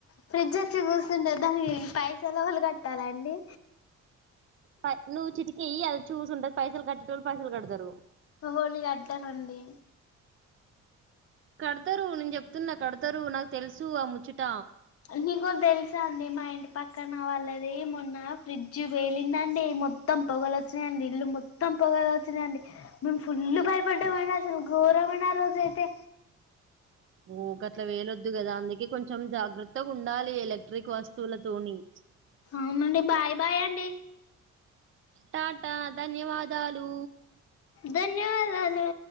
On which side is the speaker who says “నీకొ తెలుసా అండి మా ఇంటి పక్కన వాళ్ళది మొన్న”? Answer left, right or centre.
Left